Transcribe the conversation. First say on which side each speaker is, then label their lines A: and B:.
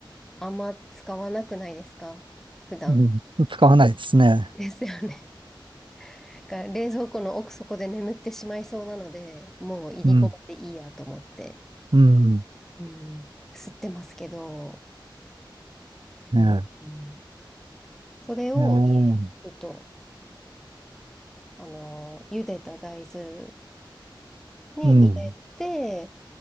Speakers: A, in the centre; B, on the right.
A: あんま使わなくないですか普段。
B: うん、使わないですね。
A: ですよね。だから冷蔵庫の奥底で眠ってしまいそうなので、もういりごまでいいやと思って、
B: うん、うん、
A: うん、吸ってますけど、
B: えー
A: うん、うんそれを入
B: えー
A: れると、あの、茹でた大豆に入れて、
B: うん、